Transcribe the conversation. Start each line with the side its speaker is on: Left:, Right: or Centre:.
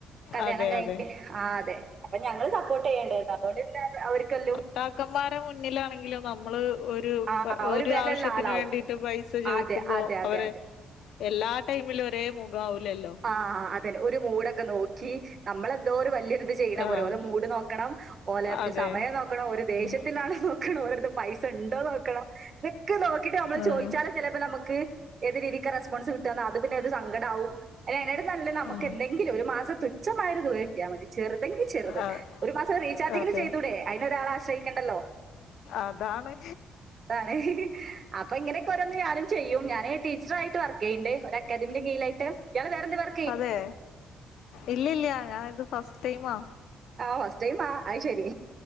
Right: കല്യാണം
Left: അതെ
Right: കഴിഞ്ഞ
Left: അതെ.
Right: ആ അതെ അപ്പൊ ഞങ്ങൾ സപ്പോർട്ട് ചെയ്യേണ്ടായിരുന്നു അതുകൊണ്ട് ഇന്ന് അവർക്കല്ലോ
Left: കാക്കന്മാരെ മുന്നിലാണെങ്കിലും നമ്മള് ഒരു
Right: ആ
Left: ഒരു
Right: വെലയുള്ള
Left: ആവശ്യത്തിന്
Right: ആളാവും
Left: വേണ്ടിട്ട് പൈസ ചോദിക്കുമ്പോ
Right: അതെ അതെ അതെ അതെ
Left: അവരെ എല്ലാ ടൈമിലും ഒരേ മുഖാവൂലല്ലോ
Right: ആഹ് അതെ ഒരു മൂടൊക്കെ നോക്കി നമ്മളെന്തോ ഒരു വല്ല്യ ചെയ്ണാ
Left: ആഹ്.
Right: പോലെ മൂഡ് നോക്കണം ഓലെ
Left: അതെ.
Right: സമയം നോക്കണം ദേശ്യത്തിലാണോ
Left: ഉം.
Right: നോക്കണം ഓരട്ത്ത് പൈസണ്ടോ നോക്കണം ദൊക്കെ നോക്കിട്ട് നമ്മള്
Left: ഉം.
Right: ചോയിച്ചാലോ ചെലേപ്പോ നമുക്ക് ഏത് രീതിക്കാ റെസ്പോൺസ് കിട്ടാന്നോ അത് പിന്നെ ഒരു സങ്കടാവും എന്നട് നല്ല നമുക്ക്
Left: ഉം.
Right: എങ്കിലും ഒരു മാസം തുച്ഛമായൊരു തുക കിട്ടിയാൽ മതി ചെറുതെങ്കി ചെറുത്
Left: ആഹ്.
Right: ഒരു മാസം റീചാർജെങ്കിലും
Left: അതെ.
Right: ചെയ്തുടെ അതിനൊരാളെ ആശ്രയിക്കണ്ടല്ലോ
Left: അതാണ്.
Right: അതാണ് അപ്പൊ ഇങ്ങനൊ ഞാനും ചെയ്യും ഞാന് ടീച്ചറായിട്ട് വർക്ക് ചെയ്യ്ണ്ട് ഒരു അക്കാദമിൻ്റെ കീഴാലായിട്ട് ഇയാൾ വേറെന്തേ വർ
Left: അതെ ഇല്ല്യല്ല ഞാൻ ഇത് ഫസ്റ്റ് ടൈമാ
Right: ആഹ് ഫസ്റ്റ് ടൈമാ അയ്ശെരി